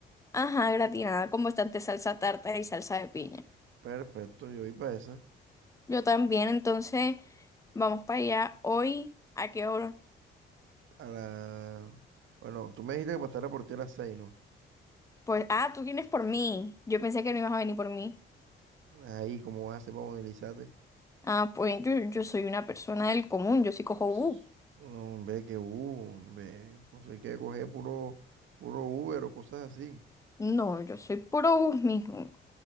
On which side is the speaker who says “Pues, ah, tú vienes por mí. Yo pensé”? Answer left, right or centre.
Left